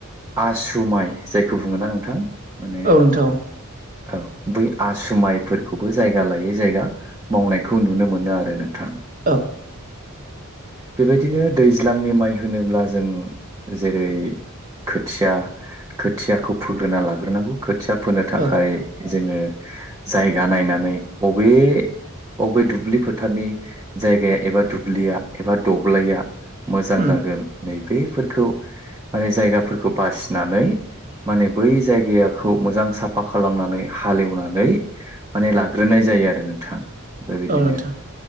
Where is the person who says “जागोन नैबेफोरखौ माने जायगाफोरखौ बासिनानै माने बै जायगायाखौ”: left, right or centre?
Right